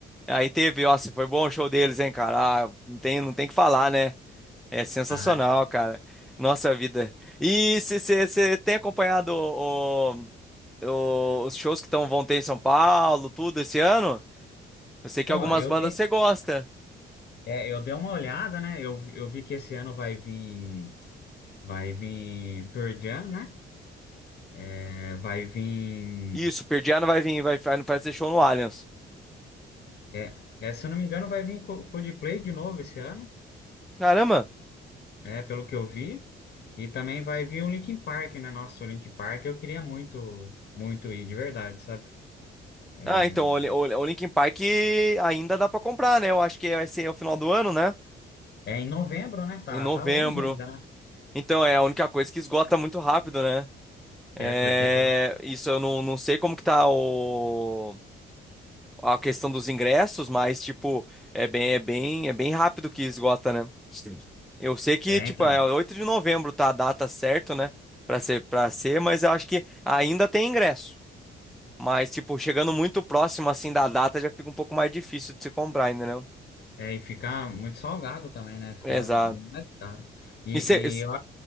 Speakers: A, in the centre; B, on the left.
A: Aí teve, ó, se foi bom o show deles, hein, cara? Ah, não tem, não tem que falar, né? É sensacional,
B: Ah,
A: cara. Nossa vida. E você tem acompanhado o- o- os shows que tão, vão ter em São Paulo, tudo esse ano? Eu sei que
B: pô,
A: algumas
B: eu
A: bandas
B: dei,
A: você gosta.
B: é, eu dei uma olhada, né? Eu, vi- eu vi que esse ano vai vir, vai vir Pearl Jam, né? É, vai vir.
A: Isso, Pearl Jam vai vir, vai, vai fazer show no Allianz.
B: É, é, se eu não me engano, vai vir Co- Coldplay de novo esse ano.
A: Caramba!
B: É, pelo que eu vi. E também vai vir o Linkin Park, né? Nossa, o Linkin Park eu queria muito, muito ir, de verdade, sabe? É
A: Ah, então, o, Li- o, Li- o Linkin Park ainda dá pra comprar, né? Eu acho que vai ser o final do ano, né?
B: é em novembro, né? Tá,
A: Em novembro.
B: tá longe ainda, né?
A: Então, é a única coisa que esgota muito rápido, né?
B: É,
A: É,
B: porque todo.
A: isso eu não, não sei como que tá o, a questão dos ingressos, mas, tipo, é bem, é bem, é bem rápido que esgota, né? Sim. Eu sei que,
B: É,
A: tipo,
B: então.
A: é 8 de novembro, tá a data certa, né? Pra ser, pra ser, mas eu acho que ainda tem ingresso. Mas, tipo, chegando muito próximo, assim, da data, já fica um pouco mais difícil de se comprar, ainda
B: É, e ficar muito salgado também, né? Ficar
A: Exato.
B: bem mais caro. E,
A: E você
B: e eu